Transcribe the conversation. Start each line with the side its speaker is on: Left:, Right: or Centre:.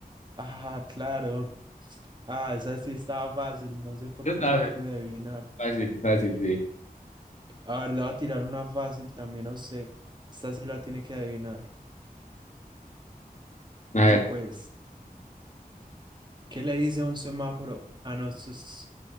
Right: Ah, claro. Ah, esa sí estaba fácil. No sé por
Left: Eso
Right: qué
Left: estaba
Right: no la
Left: fe-
Right: pude adivinar.
Left: fácil, fácil, sí.
Right: A ver, le voy a tirar una fácil también a usted. Esta sí la tiene que adivinar. Pille
Left: A ver,
Right: pues. ¿Qué le dice un semáforo? Ah, no, esto es-